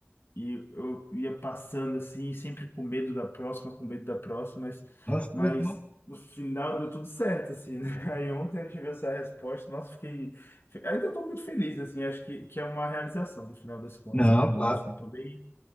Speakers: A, on the left; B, on the left.
A: e eu ia passando assim, sempre com medo da próxima, com medo da próxima, mas,
B: Nossa, que
A: mas
B: legal.
A: no final deu tudo certo, assim, né? <laughs> Aí ontem eu tive essa resposta, nossa, fiquei. fi- Ainda estou muito feliz, assim, acho que, que é uma realização no final das contas
B: Não,
A: para mim,
B: claro.
A: assim, estou bem